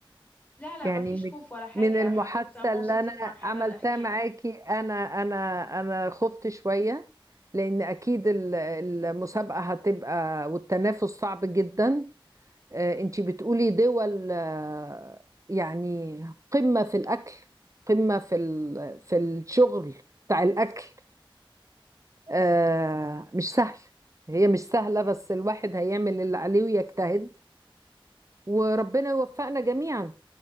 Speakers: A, on the left; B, on the right.
A: لا لا
B: يعني
A: مفيش
B: من
A: خوف ولا حاجه
B: من
A: يا
B: المحادثة
A: حضرتك طالما
B: اللي
A: وصلت
B: أنا
A: للمرحله
B: عملتها
A: الاخيره
B: معاكي أنا أنا أنا خفت شوية لأن أكيد ال- المسابقة هتبقى والتنافس صعب جدا آه، أنتي بتقولي دول آه، يعني قمة في الأكل قمة في ال- في الشغل بتاع الأكل آه، مش سهل هي مش سهلة بس الواحد هيعمل اللي عليه ويجتهد وربنا يوفقنا جميعا